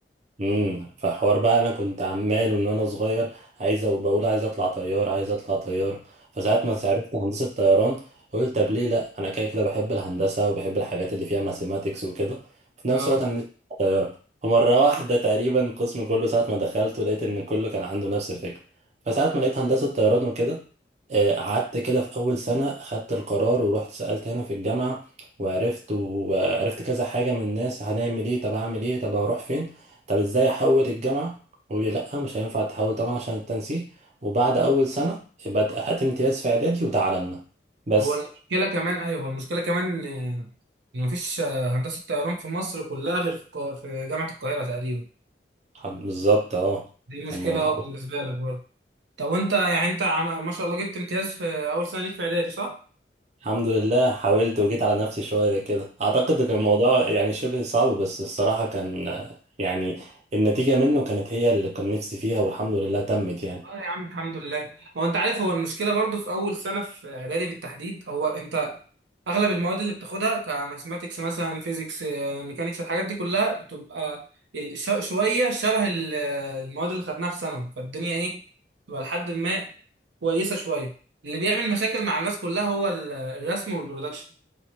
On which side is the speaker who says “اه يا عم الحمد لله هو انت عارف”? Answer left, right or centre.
Right